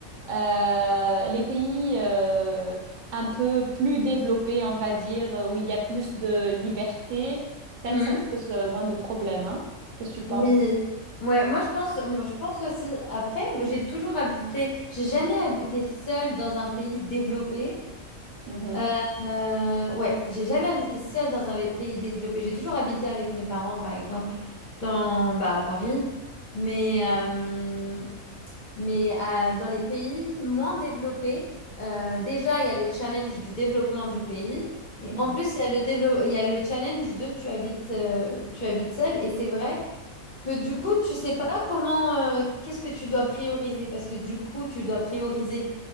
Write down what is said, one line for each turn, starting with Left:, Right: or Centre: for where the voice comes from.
Right: Euh, les pays euh, un peu plus développés, on va dire, où il y a plus de liberté, peut-être
Left: Hmm.
Right: ça cause euh, moins de problèmes, hein. Qu'est-ce que tu penses?
Left: Oui. Ouais, moi je pense, moi, je pense aussi. Après, j'ai toujours habité, j'ai jamais habité seule dans un pays développé.
Right: Mhm.
Left: Euh, euh, ouais, j'ai jamais habité seule dans un pays développé. J'ai toujours habité avec mes parents, par exemple, dans, bah, à Paris. Mais, euh, Mais euh, dans les pays moins développés, euh, déjà, il y a le challenge du développement du pays. Et
Right: Mhm.
Left: en plus, il y a le, dévelop- il y a le challenge de tu habites, euh, tu habites seul. Et c'est vrai que du coup, tu sais pas comment, euh, qu'est-ce que tu dois prioriser. Parce que du coup, tu dois prioriser